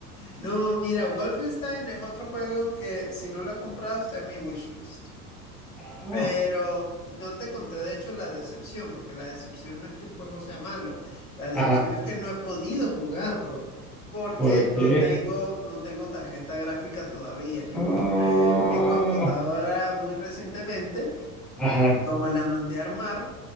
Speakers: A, on the left; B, in the centre.
A: No, mira, Wolfenstein es otro juego que si no lo he comprado está en mi wishlist.
B: Ah,
A: Pero no te conté de hecho la decepción, porque la decepción no es que el juego sea malo, la decepción
B: ajá,
A: es que no he podido jugarlo porque
B: ¿por
A: no
B: qué?
A: tengo, no tengo tarjeta gráfica todavía. Yo
B: Ah,
A: me compré mi computadora muy recientemente
B: ajá,
A: y como la mandé a armar,